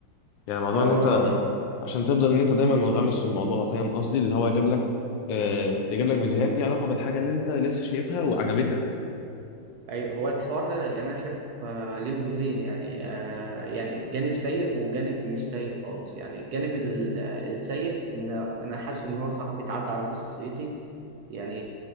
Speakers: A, on the left; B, on the right.
A: يعني موضوع
B: اه اه
A: ان انت عشان تفضل ان انت دايما منغمس في الموضوع فاهم قصدي اللي هو جاب لك آه يجيب لك فيديوهات ليها علاقه بالحاجه اللي انت لسه شايفها وعجبتك
B: ايوه هو الحوار ده يعني انا شايف آه، ليه وجهين يعني آه، يعني جانب سيء وجانب مش سيء خالص يعني الجانب ال- آه، السيء ان انا حاسه ان هو صاحب بيتعدى على خصوصيتي يعني,